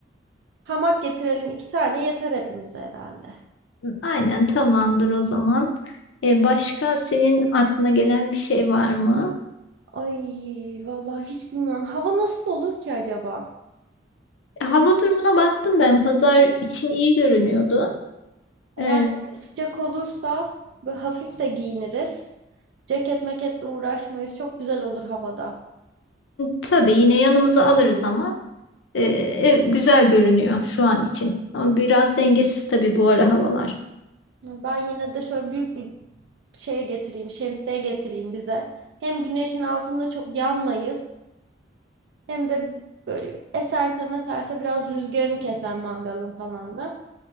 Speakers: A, on the right; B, on the left.
A: Hamak getirelim iki tane yeter hepimize herhalde.
B: Aynen tamamdır o zaman. E, başka senin aklına gelen bir şey var mı?
A: Ay vallahi hiç bilmiyorum. Hava nasıl olur ki acaba?
B: E, hava durumuna baktım ben. Pazar için iyi görünüyordu.
A: Eğer
B: E,
A: böyle sıcak olursa böyle hafif de giyiniriz. Ceket meketle uğraşmayız. Çok güzel olur havada.
B: tabii yine yanımıza alırız ama e, e, güzel görünüyor şu an için. Ama biraz dengesiz tabii bu ara havalar.
A: Ben yine de şöyle büyük bir şeye getireyim, şemsiye getireyim bize. Hem güneşin altında çok yanmayız. Hem de böyle eserse meserse biraz rüzgarını keser mangalın falan da.